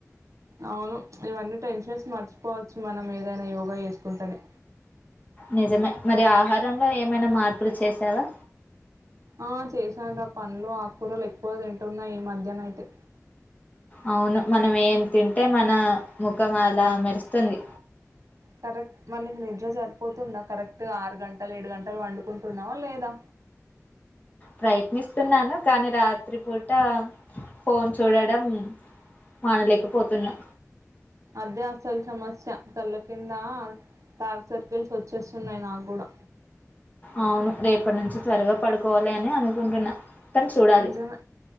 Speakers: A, on the right; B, on the left.
A: అవును ఇవన్నీ టెన్షన్స్ మర్చిపోవచ్చు మనం ఏదైనా యోగా చేసుకుంటేనే
B: నిజమే మరి ఆహారంలో ఏమైనా మార్పులు చేసావా
A: ఆ చేశాను రా పండ్లు ఆకుకూరలు ఎక్కువ తింటున్నా ఈ మధ్యన అయితే
B: అవును మనం ఏం తింటే మన ముఖం అలా మెరుస్తుంది
A: కరెక్ట్ మరి నీకు నిద్ర సరిపోతుందా కరెక్ట్ ఆరు గంటలు ఏడు గంటలు వండుకుంటున్నావా లేదా
B: ప్రయత్నిస్తున్నాను కానీ రాత్రి పూట ఫోన్ చూడడం మానలేకపోతున్నా
A: అదే అసలు సమస్య కళ్ళ కింద డార్క్ సర్కిల్స్ వచ్చేస్తున్నాయి నాకు కూడా
B: అవును రేపు అప్పటి నుంచి త్వరగా పడుకోవాలి అని అనుకుంటున్నా కానీ చూడాలి
A: నిజమే